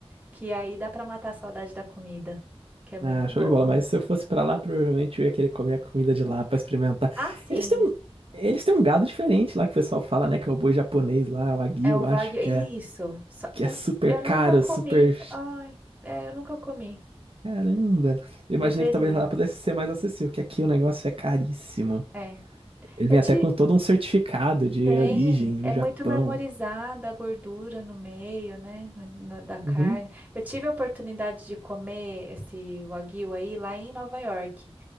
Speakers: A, on the right (about 15°); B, on the right (about 60°).
A: que aí dá pra matar a saudade da comida, que é muito
B: ah, show
A: boa.
B: de bola. Mas se eu fosse pra lá, provavelmente eu ia querer comer a comida de lá pra experimentar.
A: Ah, sim,
B: Eles têm um, eles têm um gado diferente lá que o pessoal fala, né? Que é o boi japonês lá, o Wagyu,
A: é o
B: eu
A: Wagyu.
B: acho que
A: Isso.
B: é,
A: Só-
B: que
A: e-
B: é super
A: eu nunca
B: caro,
A: comi.
B: super.
A: Ai, é, eu nunca comi.
B: Caramba! Eu imaginei
A: Deveria.
B: que talvez lá pudesse ser mais acessível, que aqui o negócio é caríssimo.
A: É.
B: Ele
A: Eu
B: vem
A: te,
B: até com todo um certificado de
A: Tem,
B: origem do
A: é muito
B: Japão.
A: marmorizada a gordura no meio, né, no- na- da carne.
B: Uhum,
A: Eu tive a oportunidade de comer esse wagyu aí lá em Nova York.